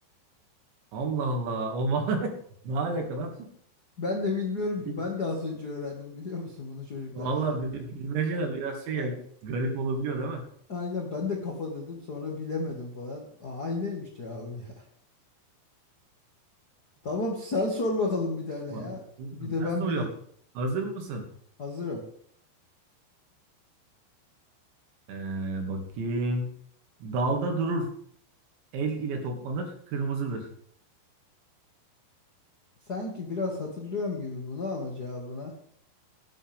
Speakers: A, on the right; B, on the left.
A: Allah Allah. O ma- <laughs> ne alaka lan?
B: Ben de bilmiyorum
A: Bil-
B: ki. Ben de az önce öğrendim biliyor musun bunu çocuklarla.
A: Vallahi bi- bilmeceler biraz şey
B: <laughs>
A: ya, garip olabiliyor değil mi?
B: Aynen ben de kafa dedim sonra bilemedim falan. Aa, aynıymış cevabı ya. <laughs> Tamam sen sor bakalım bir tane
A: Vay,
B: ya. Bir
A: Ben
B: de ben
A: soruyorum.
B: bileyim.
A: Hazır mısın?
B: Hazırım.
A: Ee, bakayım. Dalda durur. El ile toplanır. Kırmızıdır.
B: Sanki biraz hatırlıyorum gibi bunu ama cevabına.